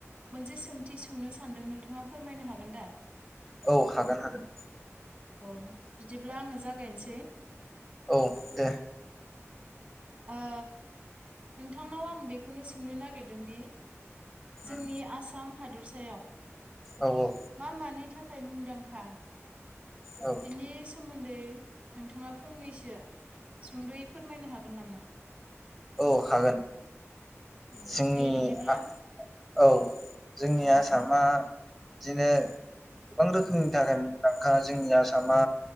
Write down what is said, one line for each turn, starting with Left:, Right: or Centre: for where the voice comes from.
Right: मोनसे सोंथि सोंनो सानदों नोंथाङा फोरमायनो हागोन दा?
Centre: औ हागोन हागोन।
Right: औ बिदिब्ला आङो <unintelligible> जागायनोसै
Centre: औ दे
Right: ओ नोंथांनाव आं बेखौनो सोंनो नागिरदों दि
Centre: उम,
Right: जोंनि आसाम हादरसायाव
Centre: औ औ
Right: मा मानि था थाखाय मुंदांखा?
Centre: औ
Right: बिनि स सोमोन्दै नोंथाङा फंनैसो सुंदयै फोरमायनो हागोन नामा?
Centre: अ हागोन
Right: औ
Centre: जोंनि
Right: दे बिदिब्ला
Centre: आ औ जोंनि
Right: औ
Centre: आसामा बिदिनो गोबां रोखोमनि थाखाय मुंदांखा जोंनि आसामा